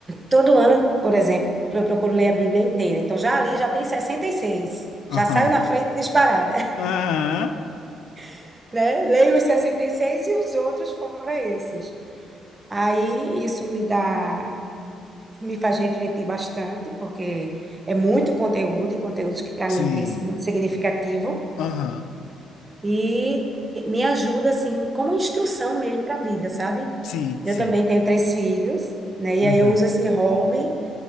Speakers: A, on the right; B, on the left.
A: todo ano, por exemplo, eu procuro ler a Bíblia inteira, então já ali já tem sessenta e seis já
B: aham.
A: saio na frente disparada,
B: Aham.
A: <laughs> né? Leio os 66 e os outros fora esses. Aí isso me dá, me faz refletir bastante, porque é muito conteúdo, e conteúdos que para
B: Sim.
A: mim tem muito significativo,
B: Aham.
A: e me ajuda, assim, como instrução mesmo para a vida, sabe?
B: Sim, sim.
A: Eu também tenho três filhos, né? E
B: Uhum.
A: aí eu uso esse hobby